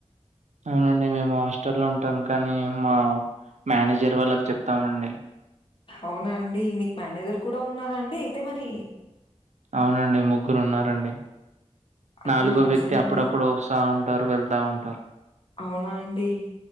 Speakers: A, on the right; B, on the left.
A: అవునండి మేము హాస్టల్లో ఉంటాం కానీ మా మేనేజర్ వాళ్ళకి చెప్తామండి
B: అవునాండి మీకు మేనేజర్ కూడా ఉన్నారా అండి అయితే మరి
A: అవునండి ముగ్గురు ఉన్నరండి
B: అయితే
A: నాలుగో
B: మంచిదండి.
A: వ్యక్తి అప్పుడప్పుడు వస్తా ఉంటరు వెళ్తా ఉంటరు
B: అవునా అండి